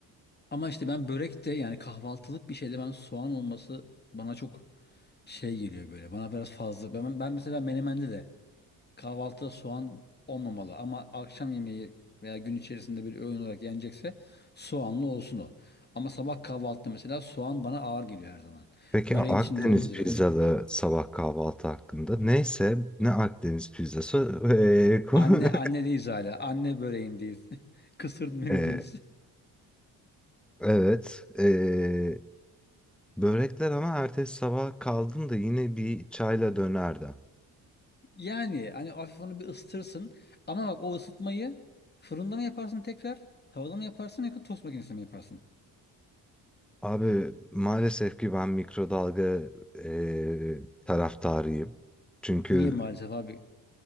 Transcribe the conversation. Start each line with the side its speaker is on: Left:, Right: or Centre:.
Left: Ama işte ben börekte yani kahvaltılık bir şeyde ben soğan olması bana çok şey geliyor böyle. Bana biraz fazla. Ben, ben mesela menemende de kahvaltıda soğan olmamalı. Ama akşam yemeği veya gün içerisinde bir öğün olarak yenecekse soğanlı olsun o. Ama sabah kahvaltıda mesela soğan bana ağır geliyor her zaman.
Centre: Peki
Left: Böreğin
Centre: Akdeniz
Left: içinde olunca
Centre: pizzalı
Left: da öyle.
Centre: sabah kahvaltı hakkında. Neyse ne Akdeniz pizzası. Ee, ko-
Left: Anne anne değiliz hala. Anne böreğindeyiz. <laughs> Kısır menüdeyiz.
Centre: <laughs> Ee, evet. ee, börekler ama ertesi sabah kaldım da yine bir çayla dönerdi.
Left: Yani hani hafif onu bir ısıtırsın. Ama bak o ısıtmayı fırında mı yaparsın tekrar? Tavada mı yaparsın yoksa tost makinesinde mi yaparsın?
Centre: Abi maalesef ki ben mikrodalga ee, taraftarıyım. Çünkü
Left: Niye maalesef abi